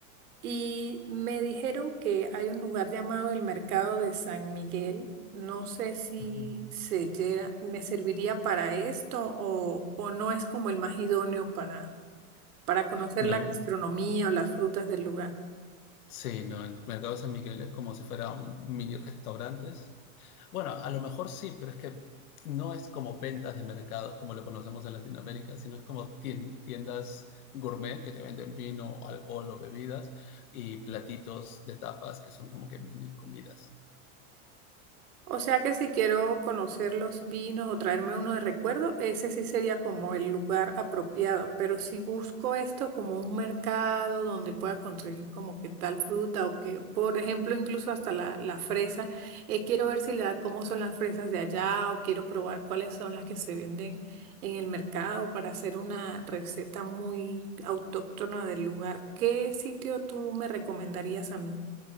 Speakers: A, on the right; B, on the left.
A: Y me dijeron que hay un lugar llamado el Mercado de San Miguel. No sé si
B: ujú.
A: se llega- me serviría para esto o, o no es como el más idóneo para para conocer
B: No,
A: la gastronomía o las frutas del lugar.
B: sí, no, el mercado de San Miguel es como si fuera un mini restaurantes. Bueno, a lo mejor sí, pero es que no es como ventas de mercados como lo conocemos en Latinoamérica, sino es como tien- tiendas gourmet que te venden vino, alcohol o bebidas y platitos de tapas que son como que mini comidas.
A: O sea que si quiero conocer los vinos o traerme uno de recuerdo, ese sí sería como el lugar apropiado. Pero si busco esto como un mercado donde pueda conseguir como que tal fruta o que, por ejemplo, incluso hasta la, la fresa, eh, quiero ver si la, cómo son las fresas de allá o quiero probar cuáles son las que se venden en el mercado para hacer una receta muy autóctona del lugar. ¿Qué sitio tú me recomendarías a mí?